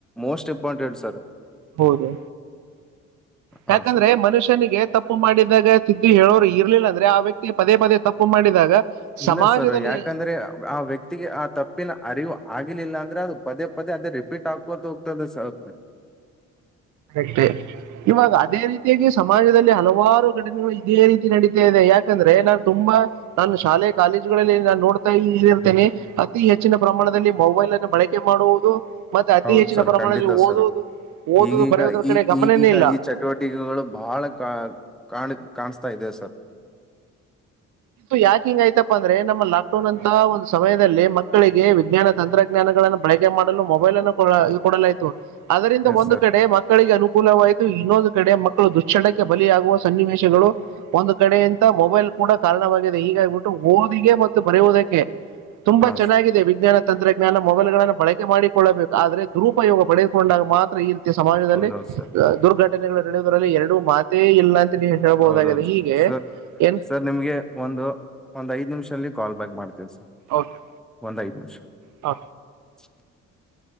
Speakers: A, in the centre; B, on the right (about 75°).
A: ಮೋಸ್ಟ್ ಇಂಪಾರ್ಟೆಂಟ್ ಸರ್.
B: ಹೌದು
A: ಹಾ
B: ಯಾಕಂದ್ರೆ
A: ಸರ್
B: ಮನುಷ್ಯನಿಗೆ ತಪ್ಪು ಮಾಡಿದಾಗ, ತಿ ದಿ ಹೇಳೋರು ಇರ್ಲಿಲ್ಲ ಅಂದ್ರೆ, ಆ ವ್ಯಕ್ತಿ ಪದೇ ಪದೇ ತಪ್ಪು ಮಾಡಿದಾಗ,
A: ಇಲ್ಲ
B: ಸಮಾಜದಲ್ಲಿ
A: ಸರ್ ಯಾಕಂದ್ರೆ ಆ ವ್ಯಕ್ತಿಗೆ, ಆ ತಪ್ಪಿನ ಅರಿವು, ಆಗ್ಲಿಲ್ಲ ಅಂದ್ರೆ ಅದು ಪದೇ ಪದೇ ಅದೇ ರಿಪೀಟ್ ಆಗ್ಕೋತ ಹೋಗ್ತದೆ ಸರ್.
B: ಕರೆಕ್ ಇವಾಗ ಅದೇ ರೀತಿಯಾಗಿ ಸಮಾಜದಲ್ಲಿ ಹಲವಾರು ಘಟನೆಗಳು ಇದೇ ರೀತಿ ನಡೀತಾ ಇದೆ. ಯಾಕಂದ್ರೆ ನಾನು ತುಂಬಾ ನಾನು ಶಾಲೆ ಕಾಲೇಜುಗಳಲ್ಲಿ ನಾನು ನೋಡ್ತಾ ಇರ್ತೇನೆ. ಅತಿ ಹೆಚ್ಚಿನ ಪ್ರಮಾಣದಲ್ಲಿ ಮೊಬೈಲ್ ಅನ್ನು ಬಳಕೆ ಮಾಡುವುದು. ಮತ್ತೆ ಅತಿ
A: ಹೌದು
B: ಹೆಚ್ಚಿನ
A: ಸರ್
B: ಪ್ರಮಾಣದಲ್ಲಿ
A: ಖಂಡಿತ
B: ಓದುವುದು.
A: ಸರ್
B: ಓದುದು
A: ಈಗೀಗ
B: ಬರೆಯೋದ್ರ
A: ಈ
B: ಕಡೆ ಗಮನನೇ
A: ಈಗೀಗ
B: ಇಲ್ಲ
A: ಈ ಚಟುವಟಿಕೆಗಳು, ಬಹಳ ಕ ಕಾಣ ಕಾಣಸಾಗ್ ತದೇ ಸರ್.
B: ಇದು ಯಾಕೆ ಹಿಂಗ ಆ್ತಪ್ಪ ಅಂದ್ರೆ ನಮ್ಮ ಲಾಕ್ಡೌನ್ ಅಂತ ಒಂದು ಸಮಯದಲ್ಲಿ. ಮಕ್ಕಳಿಗೆ ವಿಜ್ಞಾನ, ತಂತ್ರಜ್ಞಾನಗಳನ್ನ, ಬಳಕೆ ಮಾಡಲು ಮೊಬೈಲ್ ಅನ್ನು ಕೊ ಕೊಡಲಾಯ್ತು. ಅದರಿಂದ
A: ಎಸ್
B: ಒಂದು
A: ಸರ್
B: ಕಡೆ ಮಕ್ಕಳಿಗೆ ಅನುಕೂಲವಾಯಿತು. ಇನ್ನೊಂದು ಕಡೆ ಮಕ್ಕಳ ದುಶ್ಣಕ್ಕೆ ಬಲಿಯಾಗುವ ಸನ್ನಿವೇಶಗಳು. ಒಂದು ಕಡೆಯಂತ ಮೊಬೈಲ್ ಕೂಡ ಕಾರಣವಾಗಿದೆ. ಹಗಾಗಬಿಟ್ಟು ಓದಿಗೆ, ಮತ್ತು ಬರೆಯೋದಕ್ಕೆ, ತುಂಬಾ
A: ಹಾ
B: ಚೆನ್ನಾಗಿದೆ
A: ಸರ್
B: ವಿಜ್ಞಾನ. ತಂತ್ರಜ್ಞಾನ ಮೊಬೈಲ್ ಗಳನ್ನು ಬಳಕೆ ಮಾಡಿಕೊಳ್ಳಬೇಕು. ಆದ್ರೆ ದುರುಪಯೋಗ ಪಡೆದುಕೊಂಡಾಗ ಮಾತ್ರ ಇ ಸಮಾಜದಲ್ಲಿ
A: ಹೌದೌದು ಸರ್
B: ದುರ್ಘಟನೆ, <unintelligible> ಡುದರಲ್ಲಿ ಎರಡು ಮಾತೇ ಇಲ್ಲ ಅ ತಿಲ್ಲಿ ಹೇಳಬಹುದಾಗಿದೆ
A: ಹೌದೌದು
B: ಹೀಗೆ
A: ಸರ್
B: ಏನ್
A: ಸರ್ ನಿಮ್ಗೆ ಒಂದು ಒಂದ್ ಐದು ನಿಮಿಷದಲ್ಲಿ ಕಾಲ್ ಬ್ಯಾಕ್ ಮಾಡ್ತೀವಿ ಸರ್.
B: ಓಕೆ
A: ಒಂದ್ ಐದ್ ನಿಮಿಷ್
B: ಆ
A: <inaudible>